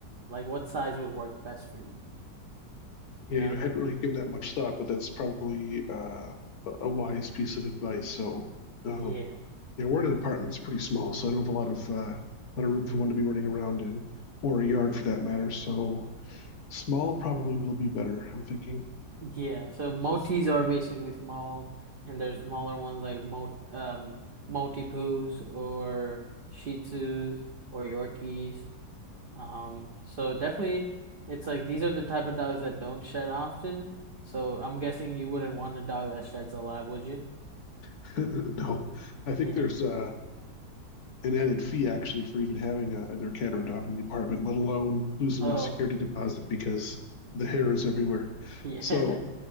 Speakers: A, on the right; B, on the left.
A: like what size would work best for you. You
B: Yeah,
A: know?
B: you know, I hadn't really given that much thought, but that's probably uh, a a wise piece of advice. So, um,
A: Yeah.
B: yeah, we're in an apartment; it's pretty small, so I don't have a lot of uh, a lot of room for one to be running around in, or a yard for that matter. So, small probably will be better. I'm thinking.
A: Yeah, so motis are basically small, and there's smaller ones like mo um Maltipoos or Shih Tzus or Yorkies. Um, so definitely, it's like these are the type of dogs that don't shed often. So I'm guessing you wouldn't want a dog that sheds a lot, would you?
B: <laughs> No, I think
A: Yeah.
B: there's uh, an added fee actually for even having a, either a cat or a dog in the apartment, let alone losing
A: Oh,
B: my security deposit because the hair is everywhere.
A: <laughs>
B: So,
A: yeah.